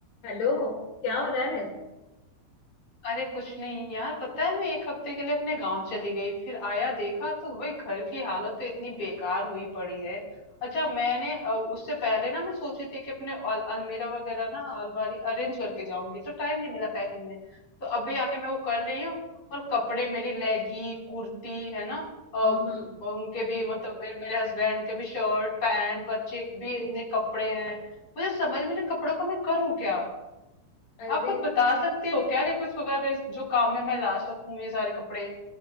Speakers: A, on the left; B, on the left.
A: Hello क्या हो रहा है
B: अरे कुछ नहीं यार पता है मैं एक हफ्ते के लिए अपने गांव चली गई फिर आया देखा तो भाई घर की हालत तो इतनी बेकार हुई पड़ी है अच्छा मैंने अ, उससे पहले ना मैं सोची थी कि अपने अल, अलमीरा वगैरह ना अलमारी अरेंज करके जाऊंगी तो टाइम नहीं मिला पैकिंग में तो अभी आके मैं वो कर रही हूँ और कपड़े मेरी लेगी कुर्ती है ना अ, और
A: हम्म हम्म।
B: उनके भी मतलब मेरे, मेरे हस्बैंड के भी शर्ट पैंट बच्चे के भी इतने कपड़े हैं मुझे समझ में नहीं कपड़ों का मैं करूँ क्या
A: अरे
B: आप कुछ बता सकते हो क्या कि कुछ वगैरह इस- जो काम में मैं ला सकूं ये सारे कपड़े